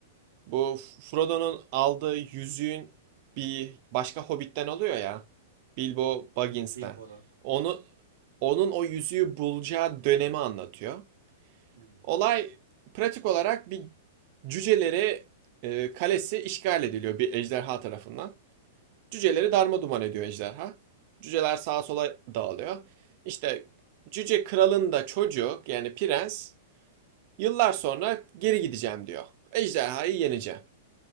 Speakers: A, on the right; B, on the right.
A: Bu F- Frodo'nun aldığı yüzüğün bir başka Hobbit'ten alıyor ya. Bilbo
B: Hı hı.
A: Baggins'ten.
B: Hmm, Bilbo'dan.
A: Onu onun o yüzüğü bulacağı dönemi anlatıyor.
B: Hmm.
A: Olay pratik olarak bir cüceleri e, kalesi işgal ediliyor bir ejderha tarafından. Cüceleri darma ediyor ejderha. Cüceler sağa sola dağılıyor. İşte cüce kralın da çocuğu yani prens yıllar sonra geri gideceğim diyor. Ejderhayı yeneceğim.